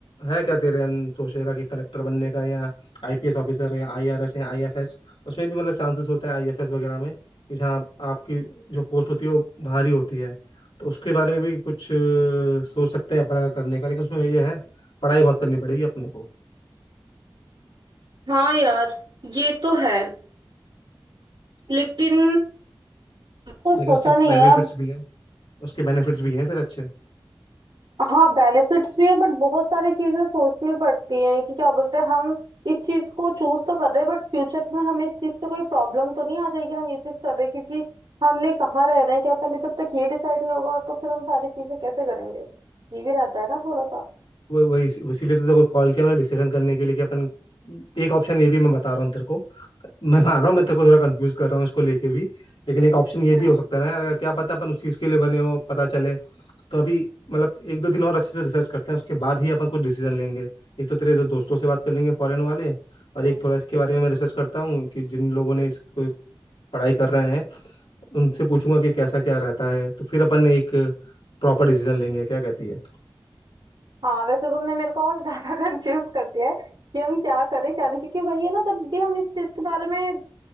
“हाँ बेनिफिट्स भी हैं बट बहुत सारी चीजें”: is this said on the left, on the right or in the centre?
Right